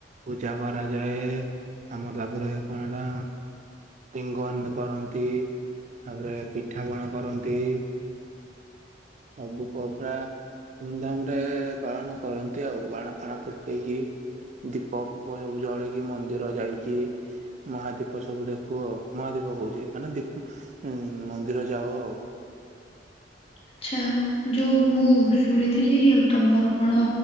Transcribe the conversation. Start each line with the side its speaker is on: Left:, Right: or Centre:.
Right: ପୂଜା କରାଯାଏ ଆମର ତାପରେ କଣ ଏଟା ଟିଙ୍ଗନ କରନ୍ତି ତାପରେ ପିଠାପଣା କରନ୍ତି। ସବୁ ପରାଦା ଧୁମଧାମ ରେ ପାଳନ କରନ୍ତି ଆଉ ବାଣ ଫାଣ ଫୁଟେଇକି। ଦୀପ ଫିପ ସବୁ ଜଳେଇକି ମନ୍ଦିର ଯାଇକି ମହାଦୀପ ସବୁ ଦେଖୁ ଆଉ ମହାଦୀପ କହୁଛି ମାନେ ଦୀପ ଉଁ ମନ୍ଦିର ଯାଉ ଆଉ।
Left: ଆଛା। ଯୋଉ ମୁଁ ଶୁଣିଥିଲି ଆଉ ତମର କଣ